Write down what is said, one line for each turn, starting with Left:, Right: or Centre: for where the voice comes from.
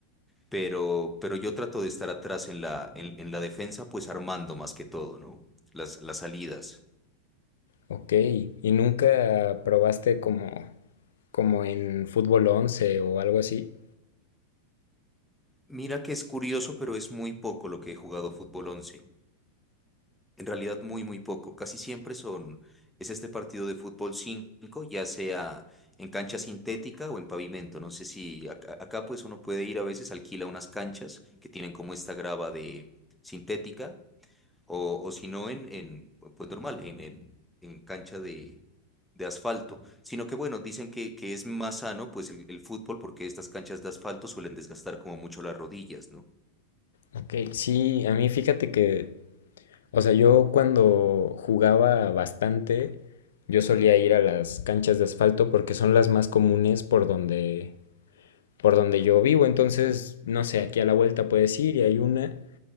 Centre: pero, pero yo trato de estar atrás en la, en, en la defensa, pues armando más que todo, ¿no? Las, las salidas.
Left: Ok, ¿y nunca probaste como, como en fútbol 11 o algo así?
Centre: Mira que es curioso, pero es muy poco lo que he jugado fútbol 11. En realidad muy, muy poco. Casi siempre son, es este partido de fútbol 5, ya sea en cancha sintética o en pavimento. No sé si acá, acá, pues uno puede ir a veces, alquila unas canchas que tienen como esta grava de sintética o, o si no en, en, pues normal, en, en, en cancha de, de asfalto. Sino que bueno, dicen que, que es más sano pues el, el fútbol porque estas canchas de asfalto suelen desgastar como mucho las rodillas, ¿no?
Left: Ok, sí, a mí fíjate que, o sea, yo cuando jugaba bastante, yo solía ir a las canchas de asfalto porque son las más comunes por donde, por donde yo vivo, entonces, no sé, aquí a la vuelta puedes ir y hay una.